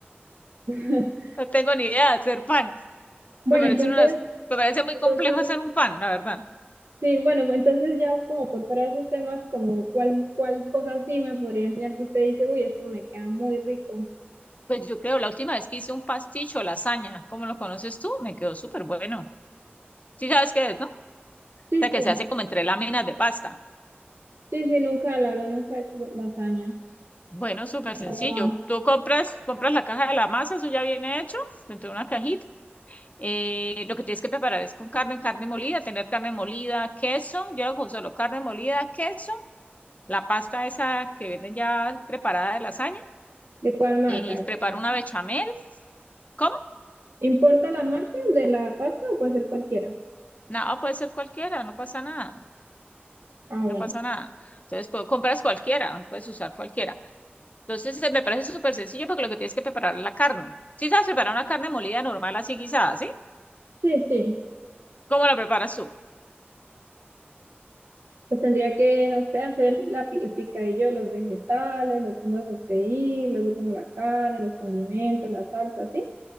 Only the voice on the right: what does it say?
<laughs>
Bueno,
entonces,
entonces,
sí, bueno, entonces ya como por fuera de esos temas, como cuál, cuál cosa sí me podría enseñar que usted dice, uy, esto me queda muy rico.
Sí,
sí,
sí, sí, nunca, la verdad, nunca he hecho lasaña.
¿Cómo va?
¿De cuál marca?
¿De cuál
marca?
¿Importa la marca de la pasta o puede ser cualquiera?
Ah,
bueno.
Sí, sí.
Pues tendría que, no sé, hacer la, pi- el picadillo de los vegetales, los pongo a sofreír, luego pongo la carne, los condimentos, la salsa, ¿sí?